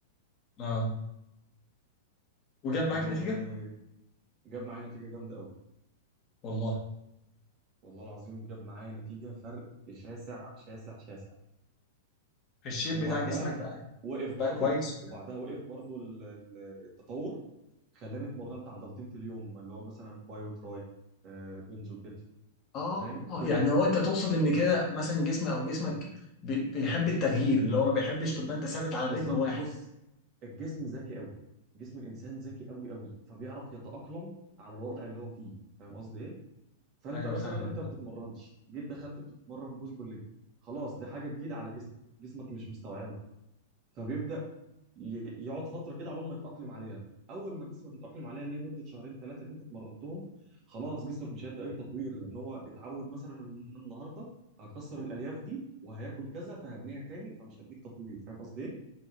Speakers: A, on the left (about 35°); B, on the right (about 35°).
A: اه وجاب
B: وجاب
A: معاك نتيجه
B: معايا نتيجه جامده قوي
A: والله
B: والله العظيم جاب معايا نتيجه فرق شاسع شاسع شاسع
A: الشيب
B: وبعدها
A: بتاع جسمك بقى
B: وقف
A: بقى
B: برضو
A: كويس
B: وبعدها وقف برضو ال- ال- التطور خلاني اتمرنت عضلتين في اليوم اللي هو مثلا باي وتراي آه، بنج وكتف
A: اه
B: فاهم
A: آه،
B: كده
A: يعني هو انت تقصد ان كده مثلا جسمي او جسمك بي- بيحب التغيير اللي هو ما بيحبش تبقى انت ثابت
B: بالظبط
A: على رتم واحد
B: بص الجسم ذكي قوي جسم الانسان ذكي قوي قوي فبيعرف يتاقلم على الوضع اللي هو فيه فاهم قصدي ايه فانت
A: ايوه
B: مثلا
A: فاهمك
B: انت ما بتتمرنش جيت دخلت بتتمرن بوش بول ليج خلاص دي حاجه جديده على جسمك جسمك مش مستوعبه فبيبدا ي- يقعد فتره كده عقبال ما يتاقلم عليها اول ما جسمك يتاقلم عليها اللي هي مده شهرين ثلاثه اللي انت اتمرنتهم خلاص جسمك مش هيدي اي تطوير لان هو اتعود مثلا ان النهارده هكسر الالياف دي وهياكل كذا فهبنيها تاني فمش هديك تطوير فاهم قصدي ايه